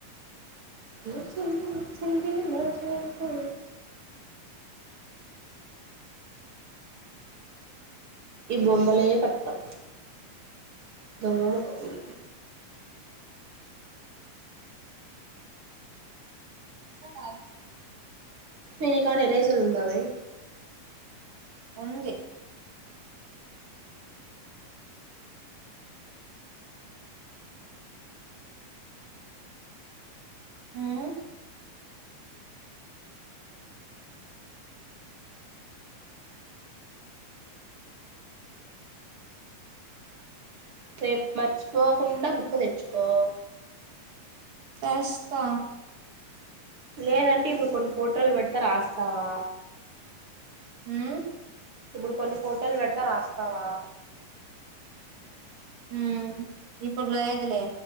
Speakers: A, on the right; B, on the right.
A: ఒచ్చింది ఒచ్చింది నా చినుకు ఇబొమ్మలే పట్టం దొంగ మోకపియి
B: కాల్
A: ఏ నీకాడ ఏరెసర్ వుందావే
B: ఉంది హ్మ్
A: రేప్ మర్చిపోకుండా బుక్ తెచ్చుకో
B: తేస్తా
A: లేదంటే ఇప్పుడు కొన్ని ఫోటోలు పెడితా రాస్తావా
B: ఉమ్
A: ఇప్పుడు కొన్ని ఫోటోలు పెడతా రాస్తావా
B: హు ఇప్పుడు లేదులే